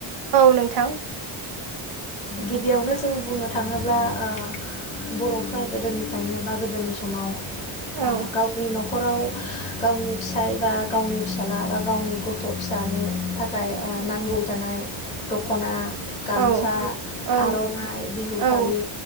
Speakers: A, on the right; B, on the left.
A: औ नोंथां।
B: गिबियावनो जों बुंनो थाङोब्ला ओ बरफ्रा गोदोनिफ्रायनो बा गोदोनि समाव ओ
A: औ
B: गावनि नखर नखराव गावनि फिसाय बा गावनि फिसाला बा गावनि गथ' फिसानि थाखाय ओ नांगौ जानाय दखना गामसा
A: औ औ
B: आरनाइ बिहु फालि
A: औ